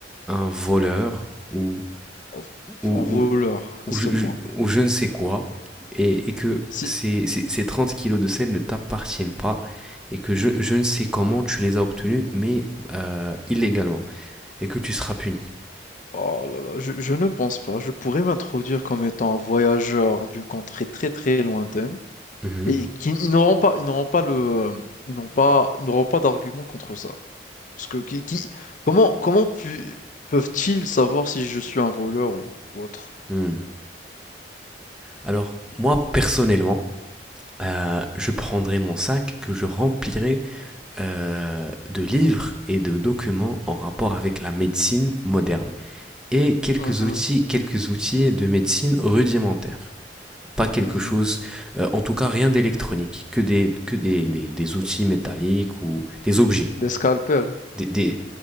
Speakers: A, in the centre; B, on the left (about 45°).
A: un voleur ou,
B: En
A: ou, ou,
B: en voleur,
A: ou
B: à ce
A: je,
B: point.
A: ou je ne sais quoi, et, et que
B: Si,
A: ces, ces, ces 30 kilos de sel ne t'appartiennent pas, et que je, je ne sais comment tu les as obtenus, mais euh, illégalement, et que tu seras puni.
B: oh là là, je, je ne pense pas. Je pourrais m'introduire comme étant un voyageur d'une contrée très très lointaine
A: Mhm.
B: Et qui- ils n'auront pas, ils n'auront pas le, ils n'ont pas, ils n'auront pas d'argument contre ça. Parce que qui, qui- comment, comment pu- peuvent-ils savoir si je suis un voleur ou, ou autre?
A: Hmm. Alors, moi, personnellement, euh, je prendrai mon sac que je remplirai euh, de livres et de documents en rapport avec la médecine moderne et quelques
B: Mhm,
A: outils, quelques outils de médecine rudimentaires. Pas quelque
B: mhm.
A: chose, euh, en tout cas rien d'électronique, que des que des, des, des outils métalliques ou des objets,
B: Des scalpels,
A: des, des,